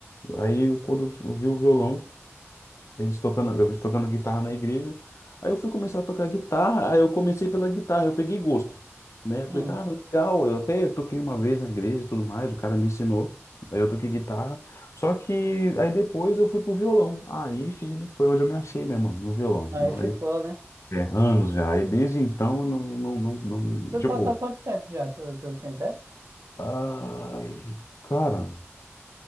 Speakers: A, on the left; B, on the right.
A: Aí quando eu vi o violão, eles tocando, eu tocando guitarra na igreja, aí eu fui começar a tocar guitarra, aí eu comecei pela guitarra, eu peguei gosto, né? Eu
B: Hum,
A: falei, cara, legal, eu até toquei uma vez na igreja e tudo mais, o cara me ensinou, aí eu toquei guitarra, só que aí depois eu fui pro violão, aí filho, foi onde eu me achei mesmo, no violão,
B: Aí
A: Não,
B: ficou,
A: aí,
B: né?
A: é, anos já, aí desde então, não, não, não, não-
B: Tu
A: tipo,
B: toca há quanto tempo já? Tu, tu tem ideia?
A: ai, cara,